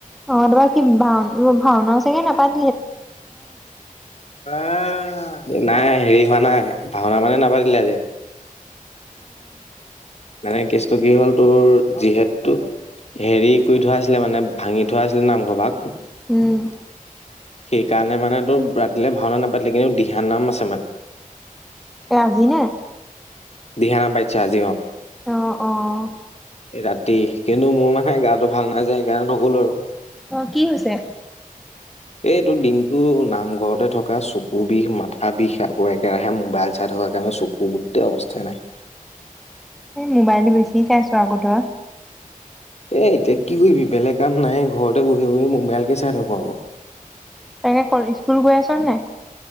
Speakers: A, in the centre; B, on the left.
A: অ তাৰপা কি ভাও-ভাওনা চাগে নাপাত
B: আহ নাই, হেৰি হোৱা নাই, ভাওনা মানে নাপাতিলে আজি। মানে কেছটো কি হ'ল তোৰ যিহেতু, হেৰি কৰি থোৱা আছিলে মানে ভাঙি থোৱা আছিলে নামঘৰ ভাগ
A: উম
B: সেইকাৰণে মানে ত' ৰাতিলে ভাওনা নাপাতিলে কিন্তু দিহা নাম আছে মান
A: এ আজি নে?
B: দিহা নাম পাতিছে আজি অ'।
A: অ, অ'
B: এই ৰাতি কিন্তু মোৰ মানে গাটো ভাল নাই যে সেইকাৰণে নকলো আৰু।
A: অ কি হৈছে?
B: এইটো দিনটো নামঘৰতে থকা চকু বিষ, মাথা বিষ, আকৌ একেৰাহে মোবাইল চাই থকাৰ কাৰণে চকু গোটেই অৱস্থ তেনেই
A: মোবাইলটো বেছি চাই আছো আকৌ ধৰা
B: এ এতিয়া কি কৰিবি বেলেগ কাম নাই ঘৰতে বহি-বহি মোবাইল কে চাই থাকো আৰু
A: তাকে <unintelligible> স্কুল গৈ আছো নে নাই?